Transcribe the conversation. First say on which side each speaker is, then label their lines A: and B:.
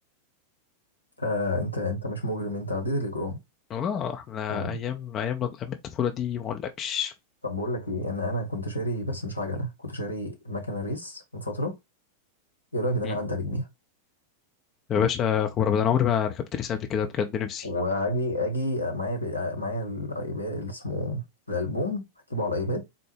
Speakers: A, on the left; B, on the left.
A: آه انت انت مش مجرم انت عديت الاجرام
B: اه احنا
A: تمام
B: ايام ايام ايام الطفوله دي ما اقولكش
A: طب بقول لك ايه ان انا كنت شاري بس مش عجلة كنت شاري مكنة ريس من فترة ايه رايك ان انا
B: مم.
A: اعدي عليك بيها
B: يا باشا خبر ابدا انا عمري ما ركبت ريس قبل كده بجد نفسي
A: وهاجي اجي معايا ب... معايا الايباد اللي اسمه الالبوم هجيبه على الايباد